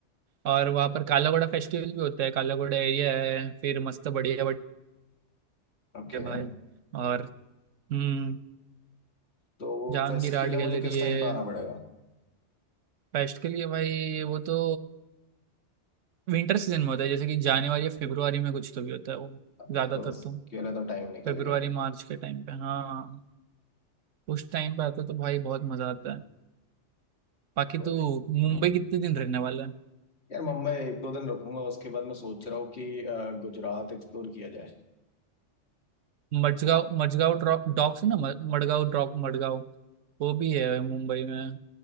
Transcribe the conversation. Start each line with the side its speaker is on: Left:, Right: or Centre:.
Right: और वहाँ पर काला घोड़ा फेस्टिवल भी होता है काला घोड़ा एरिया है फिर मस्त बढ़िया बढ़िया
Left: ओके
Right: भाई और हम्म
Left: तो वो
Right: जहांगीर
Left: फेस्ट
Right: आर्ट
Left: के लिए मुझे
Right: गैलरी
Left: किस
Right: है
Left: टाइम पे आना पड़ेगा
Right: फेस्ट के लिए भाई वो तो विंटर सीजन में होता है जैसे कि जनवरी या फरवरी में कुछ तो भी होता है वो
Left: ओके
Right: ज्यादातर
Left: तो उसके
Right: तो
Left: लिए तो टाइम निकल
Right: फरवरी
Left: गया
Right: मार्च के टाइम पे हाँ उस टाइम पे आता है तो भाई बहुत मजा आता है बाकी
Left: तो,
Right: तो मुंबई
Left: हम्म
Right: कितने दिन रहने वाला है
Left: यार मुंबई एक दो दिन रुकूंगा उसके बाद मैं सोच रहा हूँ कि अ, गुजरात एक्सप्लोर किया जाए
Right: मडगांव मडगांव ड्रॉप डॉक्स है ना म- मडगांव ड्रॉप मडगांव वो भी है मुंबई में